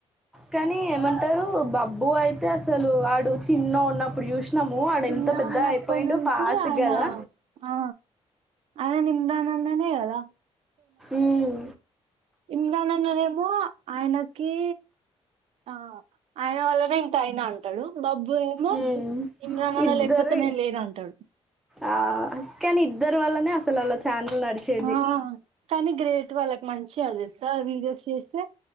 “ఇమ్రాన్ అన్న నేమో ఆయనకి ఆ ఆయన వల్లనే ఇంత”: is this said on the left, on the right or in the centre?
Right